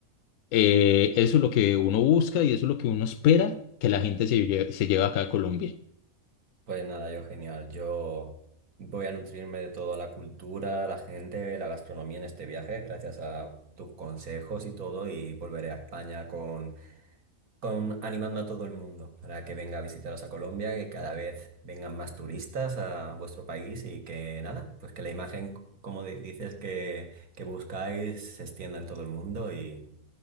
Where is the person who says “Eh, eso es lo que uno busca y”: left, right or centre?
Left